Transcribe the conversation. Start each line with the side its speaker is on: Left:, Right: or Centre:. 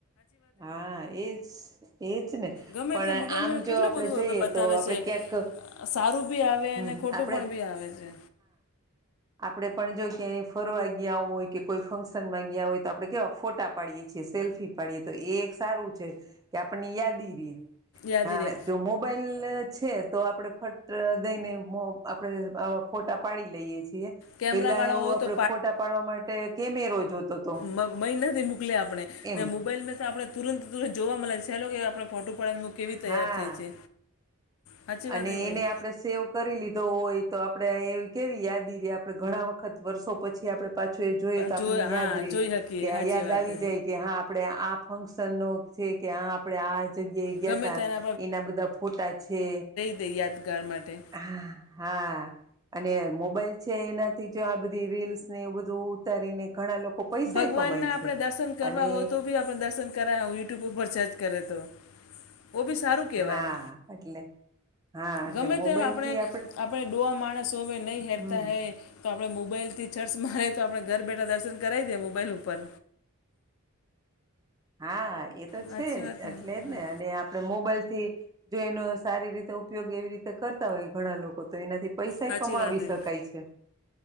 Right: હા, એજ એજ ને
Left: ગમે
Right: પણ
Left: તે મોબાઈલમાં
Right: આમ જો
Left: કેટલું
Right: આપણેે
Left: બધું હવે
Right: જઈએ
Left: બતાવે
Right: તો તો આપડે
Left: છે
Right: ક્યાંક
Left: સારું ભી આવે
Right: હમ
Left: અને ખોટું
Right: આપણે
Left: પણ ભી આવે છે.
Right: આપણેે પણ જો ક્યાંય ફરવા ગયા હોય કે કોઈ ફંક્શનમાં ગયા હોય તો આપણે કેવા ફોટા પાડીએ. સેલ્ફી પાડીએ તો એ એક સારું છે કે આપણને યાદી રએ.
Left: યાદી
Right: હા
Left: રહે
Right: જો મોબાઈલ છે. તો આપણે ફટ દઈને આપણેે આવા ફોટા પાડી લઈએ છીએ.
Left: કેમેરાવાળા
Right: પેલા એવું
Left: હોય
Right: આપડે
Left: તો
Right: ફોટા પાડવા માટે કેમેરો જોતો. હતો
Left: મ મહીના થી મુકલી આપણે
Right: એમ
Left: ને મોબાઈલ મે તો આપણે તુરંત તુરંત જોવા મળે છેલો કે આપણે ફોટો પાડી મુકે ને કેવી તૈયાર
Right: હા
Left: થઈ છે. સાચી વાત
Right: અને
Left: કે નહીં
Right: એને આપડે. સેવ કરી લીધો હોય તો આપણે એ કેવી યાદી રે આપણે ઘણા વખત વર્ષો પછી આપણે પાછું. જોઈએ તો આપને
Left: જોઈ હા
Right: યાદ રહી
Left: જોઈ શકીએ
Right: કે
Left: સાચી
Right: યાદ
Left: વાત
Right: આવી
Left: હે
Right: જાય કે હા. આપણે આ ફંક્શનનો છે કે આ આપણે આ. એ જગ્યાએ ગ્યાતા
Left: ગમે તેના
Right: એના બધા ફોટા છે.
Left: તે યાદગાર માટે.
Right: હા. અને મોબાઈલ છે એનાથી જો આ બધી રીલ્સ ને એવું બધું ઉતારીને ઘણા લોકો પૈસાય
Left: ભગવાન
Right: કમાય
Left: ના
Right: છે
Left: આપણે દર્શન
Right: અને
Left: કરવા હોય તો બી આપણે દર્શન કરાવ હો યુટ્યુબ ઉપર સર્ચ કરે તો. ઓ બી સારું કહેવાય.
Right: હા એટલે હા એટલે
Left: ગમે
Right: મોબાઈલથી
Left: તેમ આપણે આપણે ડોવા માણસ હોવે નહી હેરતા
Right: હમ
Left: હે. તો આપણે મોબાઈલથી સર્ચ મારે તો આપણે ઘર બેઠા દર્શન કરાવી દેએ મોબાઈલ ઉપર
Right: હા એ તો
Left: સાચી
Right: છે
Left: વાત
Right: જ
Left: હે
Right: એટલે
Left: હા
Right: જ ને અને. તે મોબાઈલથી જો એનો સારી રીતે ઉપયોગ એવી રીતે. કરતા હોય ઘણા લોકો તો એનાથી પૈસાએ
Left: સાચી
Right: કમાવી
Left: વાત હે
Right: શકાય છે.